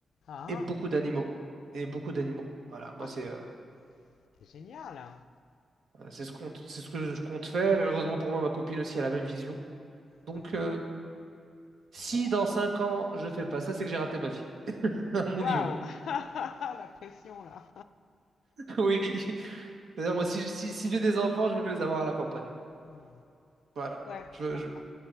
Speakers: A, on the left; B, on the right.
A: Ah,
B: et beaucoup d'animaux. Et beaucoup d'animaux. Voilà, moi,
A: ah,
B: c'est
A: c'est
B: euh,
A: c'est génial, hein.
B: c'est ce qu'on, c'est ce que je compte faire. Heureusement pour moi, ma copine aussi a la même vision. Donc,
A: Ok.
B: euh, si
A: Bon.
B: dans 5 ans, je fais pas ça, c'est que j'ai raté ma vie, <laughs> à mon
A: Waouh,
B: niveau. <laughs>
A: <laughs> la pression là.
B: Oui. C'est-à-dire, moi, si, si, si j'ai des enfants, je veux les avoir à la campagne.
A: Hmm.
B: Voilà.
A: Ouais,
B: Je,
A: je
B: veux-
A: comprends,
B: je,